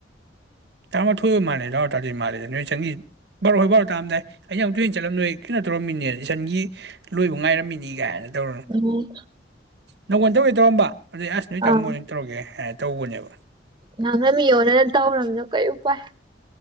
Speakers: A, on the right; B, on the right.
A: ꯇꯥꯃꯥꯊꯣꯏ ꯑꯣꯏꯕ ꯃꯥꯂꯦ ꯑꯗꯨ ꯇꯥꯗꯣꯏ ꯃꯥꯜꯂꯦꯗ ꯅꯣꯏ ꯏꯆꯜꯒꯤ ꯕꯥꯔꯣꯈꯥꯏ ꯕꯔꯣꯇꯔꯝꯗꯥꯏ ꯑꯩꯅ ꯑꯃꯨꯛ ꯆꯠꯂꯝꯗꯥꯏ ꯅꯣꯏ ꯀꯩꯅꯣ ꯇꯧꯔꯝꯃꯤꯅꯦ ꯏꯆꯟꯒꯤ ꯂꯣꯏꯕ ꯉꯥꯏꯔꯝꯃꯤꯅꯦ ꯀꯥꯏꯅ ꯗꯧ
B: ꯎꯝ
A: ꯅꯪꯉꯣꯟꯗꯧ ꯑꯣꯏ ꯇꯧꯔꯝꯕ ꯑꯗꯩ ꯑꯁ ꯅꯣꯏ
B: ꯑꯥ
A: ꯇꯥꯃꯣ ꯑꯗꯨ ꯇꯧꯔꯒꯦ ꯍꯥꯏ ꯇꯧꯕꯅꯦꯕ
B: ꯅꯪꯅ ꯃꯤ ꯑꯣꯟꯅꯅ ꯇꯧꯔꯕꯅꯤꯅ ꯀꯩ ꯎꯄꯥꯏ